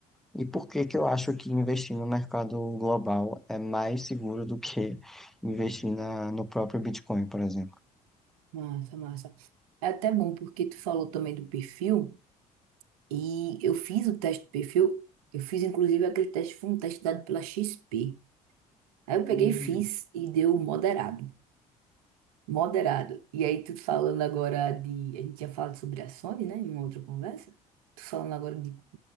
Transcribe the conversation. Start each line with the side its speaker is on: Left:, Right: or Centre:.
Centre: E por que que eu acho que investir no mercado global é mais seguro do que investir na, no próprio Bitcoin, por exemplo.
Right: massa, massa. É até bom porque tu falou também do perfil. E eu fiz o teste de perfil, eu fiz inclusive aquele teste, foi um teste dado pela XP. Aí eu
Centre: Hum.
Right: peguei e fiz e deu moderado. Moderado. E aí tu falando agora de. A gente tinha falado sobre ações, né? Em uma outra conversa. Tu falando agora de.